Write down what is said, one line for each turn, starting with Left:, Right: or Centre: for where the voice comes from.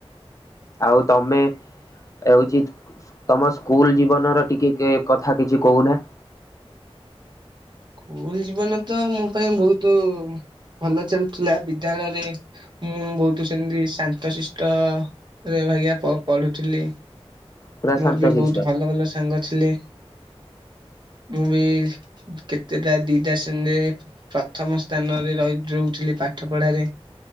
Left: ଆଉ ତମେ? ହେଉଛି ତମ ସ୍କୁଲ୍ ଜୀବନର ଟିକେ କେ କଥା କିଛି କହୁନା?
Right: ସ୍କୁଲ ଜୀବନ ତ ମୋ ପାଇଁ ବହୁତ ଭଲ ଚାଲୁଥିଲା ବିଦ୍ୟାଳୟରେ। ମୁଁ ବହୁତ ସେମିତି ଶାନ୍ତଶିଷ୍ଟ। ରେ ଭାଇଗାପଢୁଥିଲି।
Left: ପୁରା
Right: ମୋର
Left: ଶାନ୍ତଶିଷ୍ଟ।
Right: ବି ବହୁତ ଭଲ ଭଲ ସାଙ୍ଗ ଥିଲେ ମୁଁ ବି। କେତେଟା ଦିଟା ଶେଣୀରେ ପ୍ରଥମ ସ୍ଥାନରେ ରହି ରହୁଥିଲି ପାଠ ପଢାରେ।